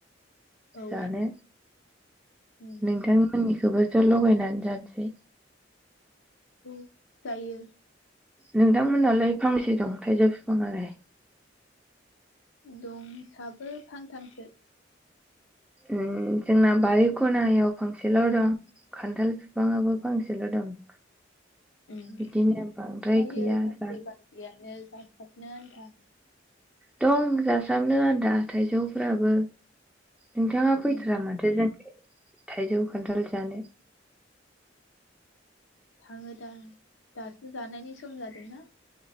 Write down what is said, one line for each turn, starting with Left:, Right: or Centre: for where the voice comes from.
Left: औ
Centre: जानो
Left: उम
Centre: नोंथांमोननि बुरजा लगायनानै जानोसै।
Left: उम जायो।
Centre: नोंथांमोनहालाय फांसे दं थाइजौ बिफांआलाय?
Left: दंसाबो फांथामसो
Centre: ओम जोंना बारि खनायाव फांसेल' दं खान्थाल बिफांआबो फांसेल' दं।
Left: ओम
Centre: बिदिनो बांद्राय
Left: जायो
Centre: गैया
Left: फांसे
Centre: जा
Left: फांसेआनो जासाब नो आन्था
Centre: दं जासाबनो आन्था थाइजौफोराबो। नोंथाङा फैथारा
Left: उम
Centre: माथो जों थाइजौ खान्थाल जानो
Left: थाङो दा दासो जानायनि सम जादोंना